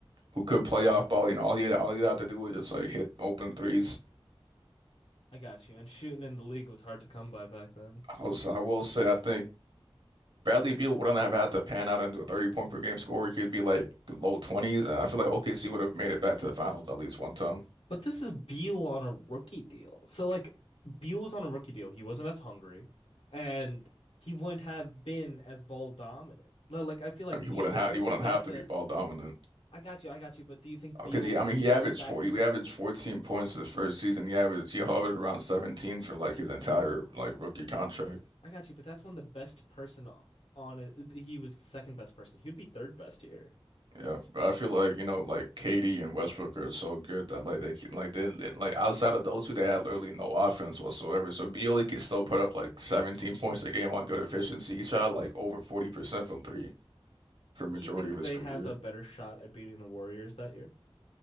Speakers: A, on the right; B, on the left.
A: who could play off ball. You know, all you all you have to do is just like hit open threes.
B: I got you. And shooting in the league was hard to come by back then.
A: I was, I will say, I think Bradley Beal wouldn't have had to pan out into a 30 point per game score. He could be like low 20s, and I feel like OKC would have made it back to the finals at least one time.
B: But this is Beal on a rookie deal. So like Beal was on a rookie deal. He wasn't as hungry, and he wouldn't have been as ball dominant. Like I feel like
A: I mean, he
B: Beal
A: wouldn't have
B: only
A: he wouldn't
B: got
A: have to
B: to
A: be ball dominant
B: I got you, I got you. But do you think Beal
A: because he. I mean, he
B: falls
A: averaged
B: back
A: four.
B: into
A: He
B: that
A: averaged
B: role?
A: 14 points his first season. He averaged he hovered around 17 for like his entire like rookie contract.
B: I got you, but that's when the best person o- on it, he was the second best person. He'd be third best here.
A: Yeah, I feel like, you know, like Katie and Westbrook are so good that like they can- like they they- like outside of those two they had literally no offense whatsoever. So Beal could still put up like 17 points a game on good efficiency. He shot like over 40% from three for majority
B: Do you think
A: of his
B: they
A: career.
B: have a better shot at beating the Warriors that year?